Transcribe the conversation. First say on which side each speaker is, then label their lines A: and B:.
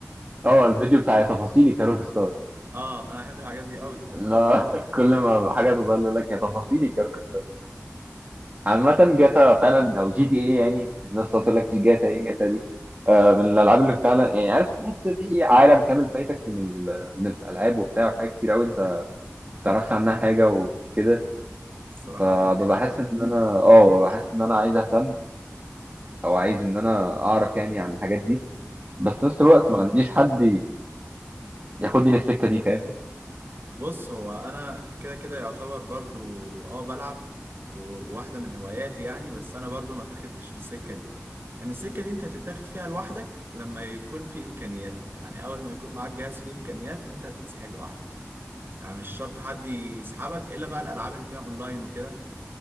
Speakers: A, on the right; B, on the right.
A: اه الفيديو بتاع يا تفاصيلي كروك ستار
B: اه أنا بحب الحاجات دي أوي
A: لا <laughs> اه كل ما حاجه تظهر لي يقول لك يا تفاصيلي كروك ستار عامه جاتا فعلا او جي تي اي يعني الناس تقول
B: امم
A: لك في جاتا ايه جاتا دي آه من الالعاب اللي فعلا يعني عارف تحس في عالم كامل فايتك من ال- من الالعاب وبتاع وحاجات كتير قوي انت ما تعرفش عنها حاجه وكده
B: الصراحة
A: فببقى
B: اه
A: حاسس ان انا اه ببقى حاسس ان انا عايز اهتم او عايز ان انا اعرف يعني عن الحاجات دي بس في نفس الوقت ما عنديش حد ياخدني للسكه دي فاهم
B: بص هو انا كده كده يعتبر برضو اه بلعب و- وواحده من هواياتي يعني بس انا برضو ما اتخدتش في السكه دي ان السكه دي انت هتتاخد فيها لوحدك لما يكون في امكانيات يعني اول ما يكون معاك جهاز فيه امكانيات انت هتتسحل لوحدك يعني مش شرط حد يسحبك الا بقى الالعاب اللي فيها اونلاين وكده